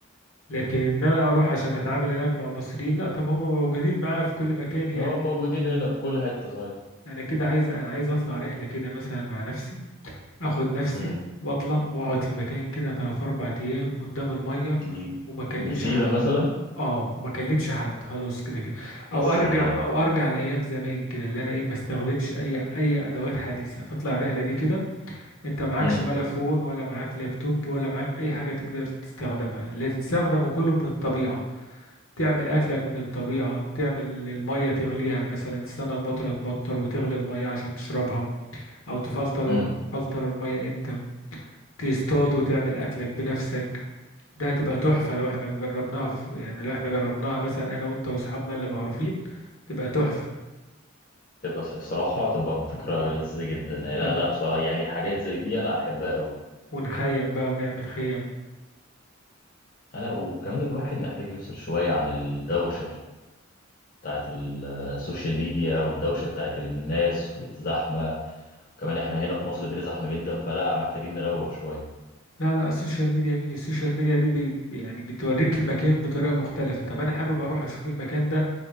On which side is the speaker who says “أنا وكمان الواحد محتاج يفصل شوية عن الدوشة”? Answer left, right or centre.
Left